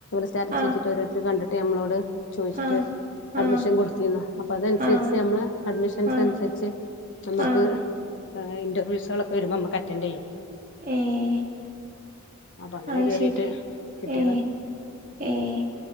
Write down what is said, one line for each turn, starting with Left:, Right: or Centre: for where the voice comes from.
Left: സ്റ്റാറ്റസ്
Right: ആഹ്
Left: <unintelligible> വെച്ചിട്ടോരോരുത്തര് കണ്ടിട്ട് ഞമ്മളോട് ചോയ്ച്ചിട്ട്
Right: ആഹ്
Left: അഡ്മിഷൻ
Right: ആഹ്
Left: കൊട്ത്തിര്ന്നു അപ്പൊ അതൻസരിച്ച്
Right: ആഹ്
Left: ഞമ്മള് അഡ്മിഷൻസൻര്ച്ച്
Right: ആഹ്
Left: നമ്മക്ക്
Right: ആഹ്
Left: ഏഹ് ഇന്റെർവ്യൂസാെളൊക്കെ വരുമ്പം അമ്മക്ക് അറ്റെൻഡെയ്യാ
Right: ഏഹ്
Left: അപ്പൊ അങ്ങനെ
Right: ആയ്ശെരി
Left: കേറിട്ട് കിട്ടിയതാ
Right: ഏഹ് ഏഹ്